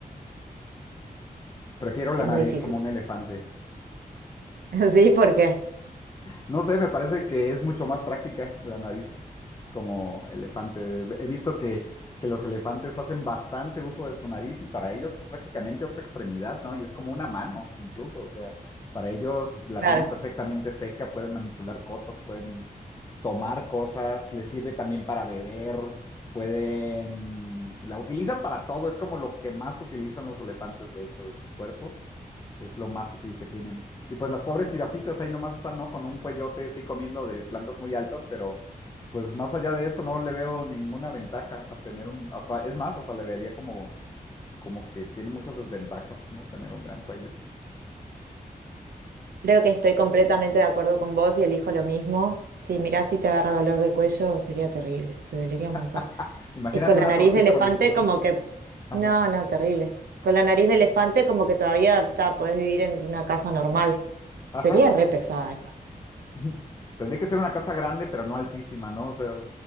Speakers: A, on the left; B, on the right.
A: Prefiero la
B: Es
A: nariz
B: muy difícil.
A: como un elefante.
B: <laughs> Sí, porque,
A: No sé, me parece que es mucho más práctica la nariz como elefante. He visto que, que los elefantes hacen bastante uso de su nariz y para ellos es prácticamente otra extremidad, ¿no? Y es como una mano, incluso. O sea, para ellos la
B: claro,
A: tienen perfectamente seca, pueden manipular cosas, pueden tomar cosas, les sirve también para beber, pueden, la utilizan para todo, es como lo que más utilizan los elefantes, de hecho, de sus cuerpos, es lo más útil que tienen. Y pues las pobres jirafitas ahí nomás están, ¿no? Con un cuellote, sí, comiendo de plantas muy altas, pero pues más allá de eso no le veo ninguna ventaja a tener un, hasta, es más, hasta le vería como, como que tiene muchas desventajas, ¿no? Tener un gran cuello.
B: creo que estoy completamente de acuerdo con vos y elijo lo mismo. Sí, mirá, si te agarra dolor de cuello sería terrible, te dolería un
A: <laughs>
B: montón.
A: Imagínate
B: Y con la
A: una
B: nariz
A: tortícolis,
B: de elefante
A: ¿no?
B: como que,
A: Ajá.
B: no, no, terrible. Con la nariz de elefante como que todavía ta, podés vivir en una casa normal.
A: Ajá.
B: Sería re pesada.
A: <laughs> Tendría que ser una casa grande, pero no altísima, ¿no? O sea,